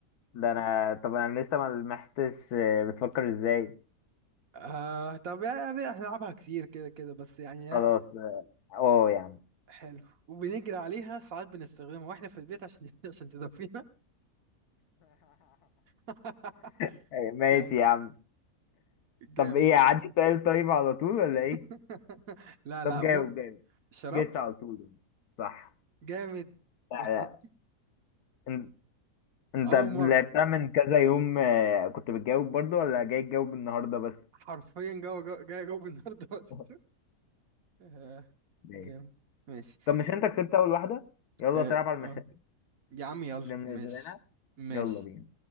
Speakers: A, on the left (about 85°); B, on the right (about 65°).
A: ده انا طب انا لسه ما لمحتش آه، بتفكر ازاي
B: <laughs> آه طب يعني احنا نلعبها كتير كده كده بس يعني ها
A: خلاص اه آه يا عم
B: حلو وبنجري عليها ساعات بنستخدمها واحنا في البيت عشان <laughs> عشان تدفينا <laughs>
A: <laughs> ماشي
B: جامد
A: يا عم
B: جامد
A: طب ايه عندي سؤال طيب على طول ولا
B: <laughs>
A: ايه
B: لا
A: طب
B: لا
A: جاوب
B: ممكن
A: جاوب
B: شراب
A: جس على طول يعني. صح
B: جامد
A: لا
B: جامد.
A: لا ان- انت
B: اول مرة
A: لعبتها من كذا يوم آه، كنت بتجاوب برضو ولا جاي تجاوب النهارده بس
B: حرفيا جوه جوه جاي جوه النهارده بس
A: <laughs>
B: آه
A: ماشي
B: جامد ماشي
A: طب مش انت كسبت اول واحده يلا
B: آه
A: تلعب على المشاكل
B: آه. يا عم يلا
A: اللي منزلها
B: ماشي ماشي
A: يلا بينا